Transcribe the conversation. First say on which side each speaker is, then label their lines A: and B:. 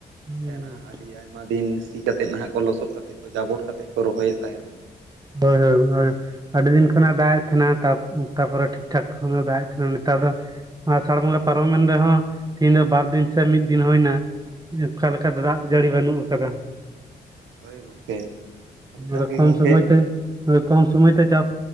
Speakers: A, on the right; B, on the right.
A: ᱦᱩᱸ
B: ᱦᱮ ᱱᱟᱦᱟᱜ ᱟᱰᱤ ᱟᱭᱢᱟ ᱫᱤᱱ ᱥᱤ ᱠᱟᱛᱮᱫ ᱱᱟᱦᱟᱜ ᱠᱚ ᱞᱚᱥᱚᱫ ᱠᱟᱛᱮᱫ ᱠᱚ ᱡᱟᱵᱚᱴ ᱠᱟᱛᱮᱫ ᱠᱚ ᱨᱚᱦᱚᱭᱮᱫ ᱛᱟᱦᱮᱱᱟ᱾
A: ᱦᱳᱭ
B: ᱦᱮᱸ
A: ᱦᱳᱭ <unintelligible> ᱟᱰᱤ ᱫᱤᱱ ᱠᱷᱚᱱᱟᱜ ᱫᱟᱜ ᱮᱫ ᱛᱟᱦᱮᱱᱟ ᱛᱟᱯ ᱛᱟᱯᱚᱨᱮ ᱴᱷᱤᱠ ᱴᱷᱟᱠ ᱠᱚᱦᱚ ᱫᱟᱜ ᱮᱫ ᱛᱟᱦᱮᱱᱟ ᱱᱮᱛᱟᱨ ᱫᱚ ᱟᱨᱥᱟᱲ ᱵᱚᱸᱝᱜᱟ ᱯᱟᱨᱚᱢᱮᱱ ᱨᱮᱦᱚᱸ ᱛᱮᱦᱤᱧ ᱫᱚ ᱵᱟᱨ ᱫᱤᱱ ᱥᱮ ᱢᱤᱫ ᱫᱤᱱ ᱦᱩᱭᱱᱟ᱾ ᱚᱠᱷᱟ ᱞᱮᱠᱷᱟ ᱫᱚ ᱫᱟᱜ ᱡᱟᱹᱲᱤ ᱵᱟᱹᱱᱩᱜ ᱟᱠᱟᱫᱟ᱾
B: ᱦᱳᱭ ᱜᱚᱝᱠᱮ ᱟᱫᱚ ᱡᱟᱜᱮ
A: ᱨᱚᱠᱚᱢ
B: ᱜᱚᱝᱠᱮ
A: ᱥᱚᱢᱚᱡ ᱛᱮ ᱠᱚᱢ ᱥᱚᱢᱚᱭ ᱛᱮ ᱪᱟᱥ